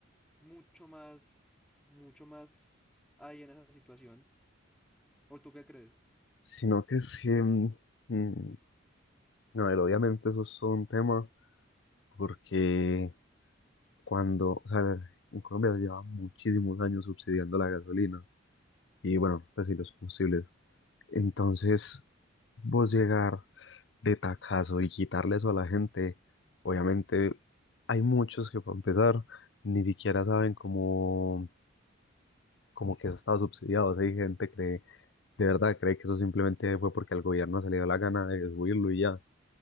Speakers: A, in the centre; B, on the left (about 65°).
A: mucho más, mucho más ahí en esa situación. ¿O tú qué crees?
B: Sino que es que, mm, mm, no, pero obviamente eso es todo un tema, porque cuando, o sea, en Colombia se lleva muchísimos años subsidiando la gasolina y bueno, pues sí, los combustibles. Entonces, vos llegar de tacazo y quitarle eso a la gente, obviamente hay muchos que para empezar ni siquiera saben cómo como que eso estaba subsidiado. O sea, hay gente que cree, de verdad cree que eso simplemente fue porque al gobierno se le dio la gana de subirlo y ya.